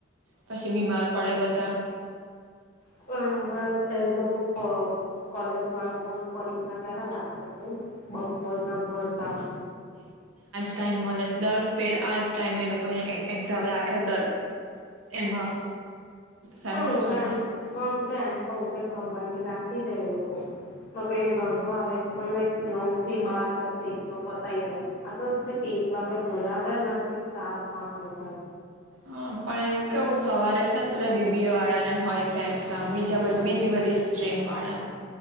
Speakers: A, on the right (about 85°); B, on the left (about 45°).
A: પછી બીમાર પડે બધા
B: હ પણ હવાર થાય એ લોકો કોલેજ વાળા પણ પરીક્ષા ક્યારે રાખે છે. બપોરના ભર તાપ
A: ટાઇમ મળે દર ફેર આજ ટાઈમે એ લોકોની એક્ઝામ રાખે દર એમાં સેમિસ્ટરમાં
B: પણ હું તો એમ પણ હું તો એમ કહું કે સવાર ની રાખ દે એ લોકો તો કઈ વાંધો આવે એ પણ લક નવ થી બાર કા એક ન પતાય દે આ તો જ છે કે એક વાગે બોલાવેને ઠક ચાર પાંચ ગોઘ
A: હા પણ એવું કેવું સવારે છે ને પેલા બીબી એ વાળા ને હોય છે એક્ઝામ બજા બીજી બધી સ્ટ્રીમ વાળા